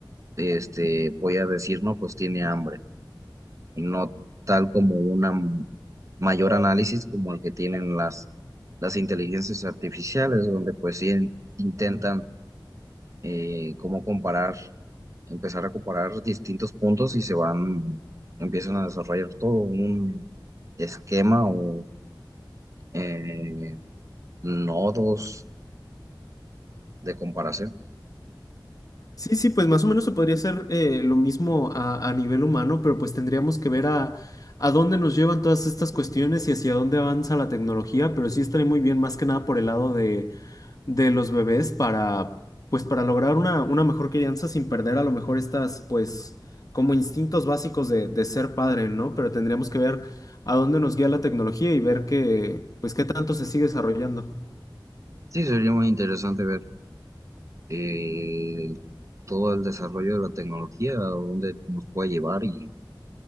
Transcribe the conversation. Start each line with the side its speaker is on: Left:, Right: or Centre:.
Right: este, voy a decir, no, pues tiene hambre, y no tal como una m- mayor análisis como el que tienen las, las inteligencias artificiales, donde pues sí in- intentan eh, como comparar, empezar a comparar distintos puntos y se van, empiezan a desarrollar todo un esquema o eh, nodos de comparación.
Left: Sí, sí, pues más o menos se podría hacer eh, lo mismo a, a nivel humano, pero pues tendríamos que ver a, a dónde nos llevan todas estas cuestiones y hacia dónde avanza la tecnología, pero sí estaría muy bien más que nada por el lado de, de los bebés para, pues para lograr una, una mejor crianza sin perder a lo mejor estas, pues como instintos básicos de, de ser padre, ¿no? Pero tendríamos que ver a dónde nos guía la tecnología y ver que, pues qué tanto se sigue desarrollando.
Right: Sí, sería muy interesante ver. eh, todo el desarrollo de la tecnología, a dónde nos puede llevar y